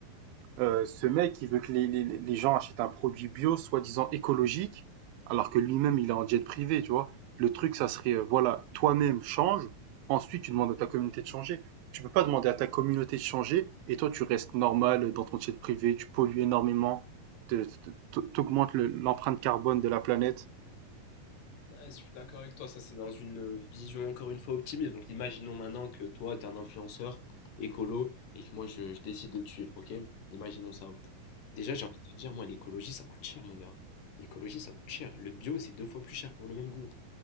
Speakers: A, on the right; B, on the left.
A: Euh, ce mec, il veut que les, les, les gens achètent un produit bio, soi-disant écologique, alors que lui-même, il est en jet privé, tu vois. Le truc, ça serait, euh, voilà, toi-même change, ensuite tu demandes à ta communauté de changer. Tu peux pas demander à ta communauté de changer et toi, tu restes normal dans ton jet privé, tu pollues énormément, te- te- t'augmentes le- l'empreinte carbone de la planète.
B: Ouais, je suis d'accord avec toi, ça c'est dans une euh, vision encore une fois optimiste. Donc imaginons maintenant que toi t'es un influenceur écolo et que moi je, je décide de te suivre, ok? Imaginons ça. Déjà j'ai envie de te dire, moi l'écologie ça coûte cher mon gars. L'écologie ça coûte cher. Le bio c'est deux fois plus cher pour le même goût,